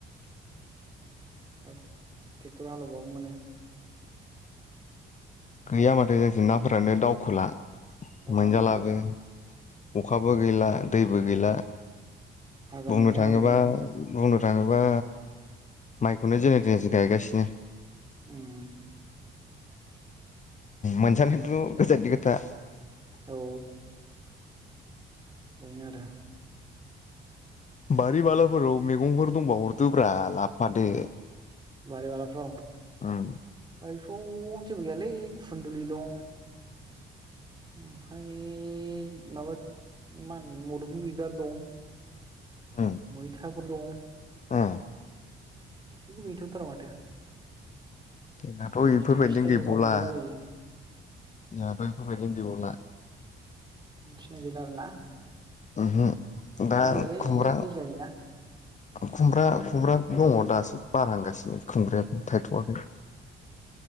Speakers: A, on the right; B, on the left.
A: आरो ट्रेक्टर हालेवबाबो मोनो।
B: गैया माथो ओजों नाफोरानो दावखोला
A: दावखोलाना
B: मोनजालाबो अखा बो गैला दैबो गैला
A: हागोन
B: बुंनो
A: अखाया
B: थाङोबा
A: हागोन र'
B: बुंनो थाङोबा माइखौनो जेने थेनेसो गायगासिनो।
A: उम।
B: मोनसानोथ' गोजाननि खोथा।
A: औ बेनो आरो।
B: बारि बालाफोराव मैगंफोर दंबा हरदोब्रा लाबोफादो।
A: बारि बालाफ्राव
B: ओं।
A: बारिफ्राव जेबो गैयालै खुुनन्दुलि दं। ओमफाय माबा मा होनो मुदुफुल बिबार दं।
B: उम
A: मैथाफोर दं।
B: आ।
A: एसेबो गैथ'थारा माथो।
B: जोंनाथ'
A: भेन्दि
B: इफोरबायदिनो
A: थाइसे थायनैफोर
B: गैबावला
A: मोनजालाबायो।
B: जोंहाथ' इफोरबायदिनो गैबावला
A: मिथिनाय गैला आरोना
B: ओहो
A: जोंथिंबो
B: दा
A: गैयालै
B: खुमब्रा
A: दै जायोना।
B: खुमब्रा खुमब्रा दङ दासो बारहांगासिनो। खुमब्राया थायथ'वाखै